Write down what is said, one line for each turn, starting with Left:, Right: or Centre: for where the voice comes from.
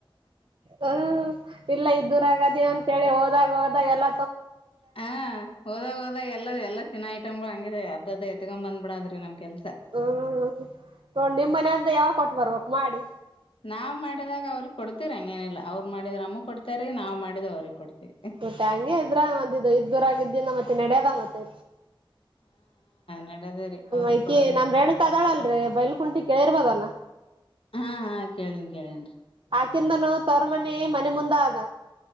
Right: ಹ್ಮ ಇಲ್ಲ ಇದ್ದದುರಗದೆ ಅಂತೇಳಿ ಹೋದಾಗ ಹೋದಾಗ ಎಲ್ಲ
Left: ಹಾ ಹೋದಾಗ ಹೋದಾಗ ಎಲ್ಲದ ಎಲ್ಲ <unintelligible> ಐಟಮ್ಗಳು ಹಂಗಿದೆ ಅದ ಎತ್ಗೊಂಡ ಬಂದ್ ಬಿಡ್ರಿ ನಮ್ ಕೆಲ್ಸ
Right: ಹ್ಮ್ ನೋ ನಿಮ್ ಮನ ಅಂದ ಯಾವಾಗ ಕೊಟ್ಟು ಬರ್ಬೇಕಕ್ ಮಾಡಿ
Left: ನಾವ್ ಮಾಡಿದಾಗ ಅವ್ರಿಗೆ ಕೊಡ್ತಿರಂಗೇನಿಲ್ಲ ಅವ್ರ ಮಾಡಿದ್ರ ನಮ ಕೊಡ್ತಾರೀ ನಾವವು ಮಾಡಿದ್ ಅವ್ರಿಗೆಗ್ ಕೊಡ್ತೇವಿ
Right: ಮತ್ತೆ ಹಂಗೆ ಇದ್ರ ಒಂದ ಇದು ಇದ್ದೂರಾಗ ಇದ್ದಿಂದ ಮತ್ತೆ ನಡೆಯದ ಮತ್ತೆು
Left: ನಡೆದೇ ರೀ ಅವ್ರಿಗೆ
Right: ಅಕಿ
Left: ಕೊಡೋದು
Right: ನಮ್
Left: ನಮಗ
Right: ರೇಣುಕಾ
Left: ಅವ್ರ
Right: ಅದಾಳಲ್ರಿ
Left: ಕೊಡೋದು
Right: ಬೈಲಕುಂಟಿ ಕೇಳಿರ್ಬೋದಲ್ಲ.
Left: ಹಾ ಹಾ ಕೇಳೇನ್ ಕೇಳನ್ರಿ
Right: <unintelligible> ತರಮನಿ ಮನೆ ಮುಂದ ಆದ